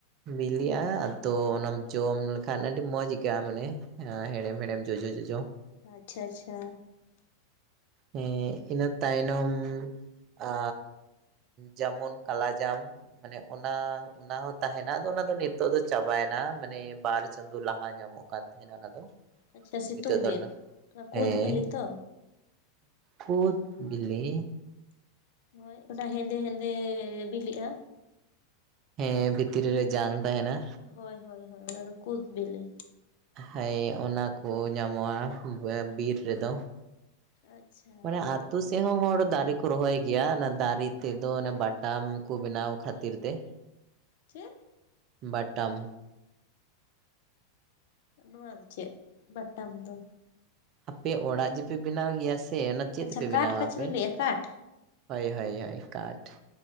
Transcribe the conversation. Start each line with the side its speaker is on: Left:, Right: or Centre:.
Right: ᱵᱤᱞᱤᱜ-ᱟ ᱟᱫᱚ ᱚᱱᱟᱢ ᱡᱚᱢ ᱞᱮᱠᱷᱟᱱ ᱟᱹᱰᱤ ᱢᱚᱸᱡᱽ ᱟᱹᱭᱠᱟᱹᱜ-ᱟ ᱢᱟᱱᱮ ᱦᱮᱲᱮᱢ ᱦᱮᱲᱮᱢ ᱡᱚᱡᱚ ᱡᱚᱡᱚ
Left: ᱟᱪᱪᱷᱟ ᱟᱪᱪᱷᱟ
Right: ᱦᱮᱸ ᱤᱱᱟᱹ ᱛᱟᱭᱱᱚᱢ ᱟ ᱡᱮᱢᱚᱱ ᱠᱟᱞᱟᱡᱟᱢ ᱢᱟᱱᱮ ᱚᱱᱟ ᱚᱱᱟ ᱦᱚᱸ ᱛᱟᱦᱮᱱᱟ ᱟᱫᱚ ᱚᱱᱟ ᱫᱚ ᱱᱤᱛᱚᱜ ᱫᱚ ᱪᱟᱵᱟᱭᱱᱟ ᱢᱟᱱᱮ ᱵᱟᱨ ᱪᱟᱸᱫᱳ ᱞᱟᱦᱟ ᱧᱟᱢᱚᱜ ᱠᱟᱱ ᱛᱟᱦᱮᱱᱟ ᱚᱱᱟ ᱫᱚ
Left: ᱟᱪᱪᱷᱟ ᱥᱤᱛᱩᱝ
Right: ᱱᱤᱛᱚᱜ ᱫᱚ
Left: ᱫᱤᱱ
Right: ᱢᱮᱱᱟ
Left: ᱚᱱᱟ ᱠᱩᱫ
Right: ᱦᱮᱸ
Left: ᱵᱤᱞᱤ ᱛᱚ?
Right: ᱠᱩᱫ ᱵᱤᱞᱤ
Left: ᱦᱳᱭ ᱚᱱᱟ ᱦᱮᱸᱫᱮ ᱦᱮᱸᱫᱮ ᱵᱤᱞᱤᱜ-ᱟ
Right: ᱦᱮᱸ ᱵᱷᱤᱛᱨᱤ ᱨᱮ ᱡᱟᱝ ᱛᱟᱦᱮᱸᱱᱟ
Left: ᱦᱳᱭ ᱦᱳᱭ ᱦᱳᱭ ᱚᱱᱟ ᱫᱚ ᱠᱩᱫᱽ ᱵᱤᱞᱤ
Right: ᱦᱩᱭᱸ ᱚᱱᱟ ᱠᱚ ᱧᱟᱢᱚᱜ-ᱟ ᱵᱤᱨ ᱨᱮᱫᱚ
Left: ᱟᱪᱪᱷᱟ
Right: ᱢᱟᱱᱮ
Left: ᱩᱫ
Right: ᱟᱹᱛᱩ ᱥᱮ ᱛᱮᱦᱚᱸ ᱦᱚᱲ ᱫᱟᱨᱮ ᱠᱚ ᱨᱚᱦᱚᱭ ᱜᱮᱭᱟ ᱚᱱᱟ ᱫᱟᱨᱮ ᱛᱮᱫᱚ ᱚᱱᱟ ᱵᱟᱴᱟᱢ ᱠᱚ ᱵᱮᱱᱟᱣ ᱠᱷᱟᱹᱛᱤᱨ ᱛᱮ ᱻ
Left: ᱪᱮᱫ
Right: ᱵᱟᱴᱟᱢ
Left: ᱱᱚᱣᱟ ᱫᱚ ᱪᱮᱫ ᱵᱟᱴᱟᱢ ᱫᱚ
Right: ᱟᱯᱮ ᱚᱲᱟᱜ ᱡᱮᱯᱮ ᱵᱮᱱᱟᱣ ᱜᱮᱭᱟ ᱥᱮ ᱚᱱᱟ ᱪᱮᱫ
Left: ᱟᱪᱪᱷᱟ
Right: ᱛᱮᱯᱮ ᱵᱮᱱᱟᱣᱟ
Left: ᱠᱟᱴ ᱯᱟᱪᱮ
Right: ᱟᱯᱮ
Left: ᱵᱤᱱ ᱞᱟᱹᱭᱮᱜᱼᱟ ᱠᱟᱴ?
Right: ᱦᱳᱭ ᱦᱳᱭ ᱦᱳᱭ ᱠᱟᱴ